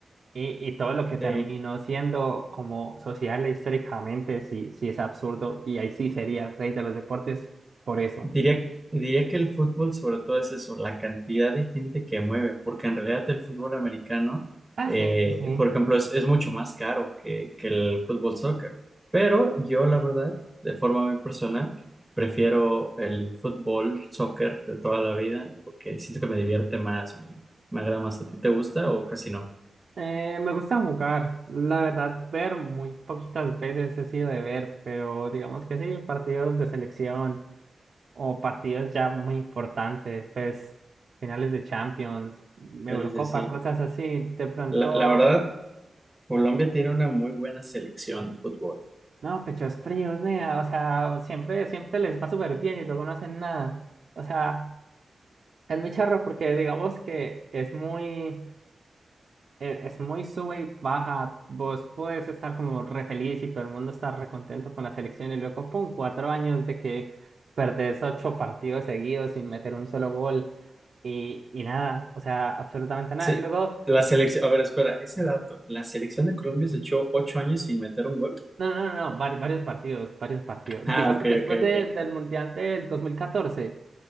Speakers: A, on the right; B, in the centre.
A: y, y todo lo que terminó
B: Sí.
A: siendo como social e históricamente, sí, sí es absurdo y ahí sí sería el rey de los deportes por eso.
B: Diría, diría que el fútbol sobre todo es eso, la cantidad de gente que mueve, porque en realidad el fútbol americano,
A: Ah,
B: eh,
A: sí, sí.
B: por
A: sí.
B: ejemplo, es, es mucho más caro que, que el fútbol soccer. Pero yo, la verdad, de forma muy personal, prefiero el fútbol soccer de toda la vida, porque siento que me divierte más, me, me agrada más. ¿A ti te gusta o casi no?
A: Eh, me gusta jugar, la verdad, ver muy poquitas veces he sido de ver, pero digamos que sí, partidos de selección o partidos ya muy importantes, pues finales de Champions, Eurocopa,
B: Sí, sí, sí.
A: cosas así, de pronto,
B: La, la verdad, Colombia tiene una muy buena selección de fútbol.
A: no, pechos fríos, nea, o sea, siempre, siempre les va súper bien y luego no hacen nada, o sea, es muy charro porque digamos que es muy... e- es muy sube y baja. Vos podés estar como re feliz y todo el mundo está re contento con la selección y luego, pum, cuatro años de que perdés ocho partidos seguidos sin meter un solo gol y, y nada, o sea, absolutamente nada.
B: Sí,
A: Y luego,
B: la selección, a ver, espera, ese dato, la selección de Colombia se echó ocho años sin meter un gol.
A: no, no, no, no, vari- varios partidos, varios partidos.
B: Ah,
A: Digamos,
B: ok,
A: después
B: ok,
A: de-
B: ok.
A: del Mundial del 2014